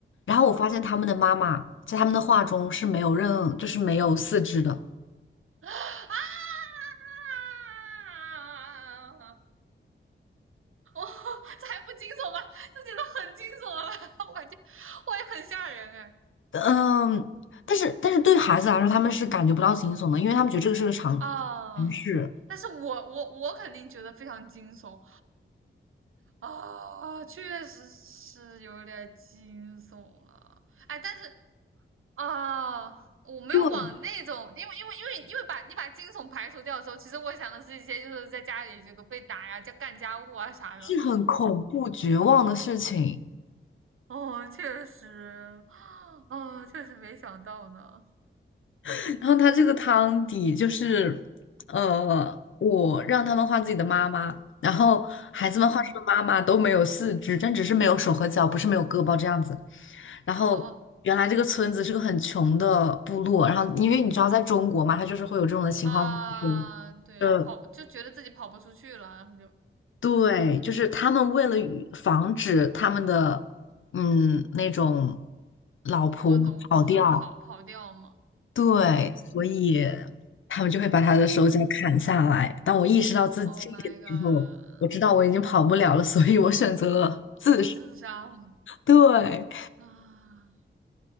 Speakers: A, on the left; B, on the right.
A: 然后我发现他们的妈妈在他们的画中是没有任，
B: 嗯啊！
A: 就是没有四肢的，
B: <laughs> 哦，这还不惊悚吗？这觉得很惊悚了吧？<laughs> 我感觉我也很吓人哎。
A: 嗯，但是但是对孩子来说，他们是感觉不到惊悚的，因为他们觉得这个是个常
B: 哦
A: 不是，
B: 但是我我我肯定觉得非常惊悚啊，确实是有点惊悚了。哎，但是啊，我没有往那种，
A: 对，
B: 因为因为因为因为把你把惊悚排除掉的时候，其实我想的是一些就是在家里这个被打呀、家干家务啊啥的。
A: 是很恐怖绝望的事情。
B: 哦，确实，哦，确实没想到呢。
A: <laughs> 然后他这个汤底就是，呃，我让他们画自己的妈妈，然后孩子们画出的妈妈都没有四肢，
B: 嗯，
A: 但只是没有手和脚，不是没有胳膊这样子。然后原来这个村子是个很穷的部落，
B: 哦哦哦
A: 然后因为你知道在中国嘛，它就是会有这种的情况发生。
B: 啊，对，
A: 呃，
B: 然后跑就觉得自己跑不出去了，然后就是吧。
A: 对，就是他们为了与防止他们的嗯那种老婆跑掉，
B: 我懂，就是跑跑掉嘛，
A: 对，
B: 我懂的。
A: 所以
B: <gasps>
A: 他们就会把他的手脚砍下来。
B: 啊
A: 当我意识到自己这一点之后，
B: ，Oh my god，
A: 我知道我已经跑不了了，所以我选择了自杀。
B: 我就自杀了
A: 对。
B: 啊！